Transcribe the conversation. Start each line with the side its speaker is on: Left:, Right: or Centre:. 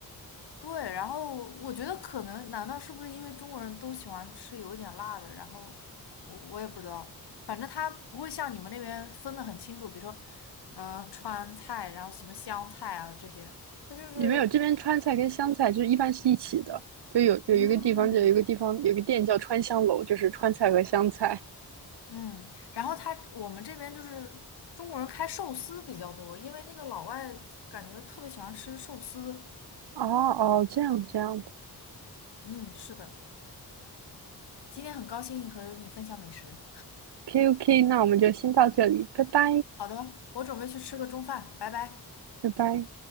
Left: 对，然后我觉得可能，难道是不是因为中国人都喜欢吃有一点辣的？然后我我也不知道，反正他不会像你们那边分的很清楚，比如说，呃，川菜，然后什么湘菜啊这些，他就是，
Right: 有没有这边川菜跟湘菜就是一般是一起的？就有有一个地方，
Left: 嗯
Right: 就有一个地方有个店叫川香楼，就是川菜和湘菜。
Left: 嗯，然后他我们这边就是中国人开寿司比较多，因为那个老外就感觉特别喜欢吃寿司。
Right: 哦哦，这样这样子。
Left: 嗯，是的，今天很高兴和你分享美食。
Right: OK OK，那我们就先到这里，拜拜
Left: 好的，我准备去吃个中饭，拜拜。
Right: 拜拜。